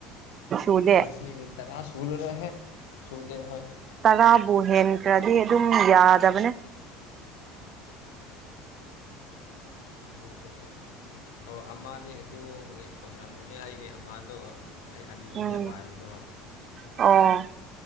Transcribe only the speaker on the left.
ꯉꯁꯤꯒꯤ ꯇꯔꯥ ꯁꯨꯔꯨꯅꯨꯍ‌ꯦ ꯁꯨꯗꯦ ꯑꯈꫭꯏ
ꯖꯂꯦ <unintelligible> ꯑꯣ ꯑꯃꯅꯦ ꯑꯗꯨꯒꯤ ꯑꯣꯏꯔꯝꯒꯅꯤ ꯑꯩꯒꯤ ꯑꯃꯗꯣ ꯑꯩ ꯑꯅꯤꯅꯦ
ꯄꯥꯏꯕꯗꯣ